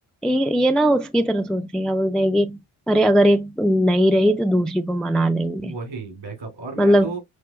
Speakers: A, in the centre; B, on the right.
A: ये, ये ना उसकी तरह सोचते हैं, क्या बोलते हैं कि अरे अगर एक नहीं रही तो दूसरी को मना लेंगे
B: वही बैकअप और मैं
A: मतलब
B: तो